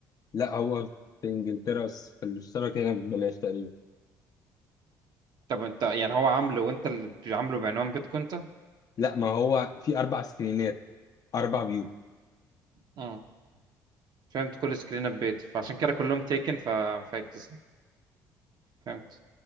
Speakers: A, on the left (about 50°); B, on the right (about 60°).
A: لا هو في انجلترا بس في الاشتراك هنا ببلاش تقريبا
B: طب انت يعني هو عامله وانت اللي عامله بعنوان بيتكم انت
A: لا ما هو في اربع سكرينات اربع فيو
B: اه فهمت كل سكرين بيت فعشان كده كلهم تيكن ففاكس فهمت